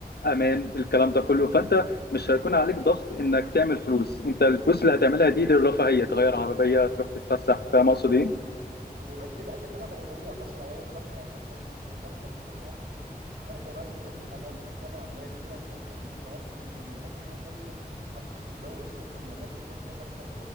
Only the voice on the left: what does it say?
امان الكلام ده كله فانت مش هيكون عليك ضغط انك تعمل فلوس انت الفلوس اللي هتعملها دي للرفاهيه تغير عربيه تروح تتفسح فاهم اقصد ايه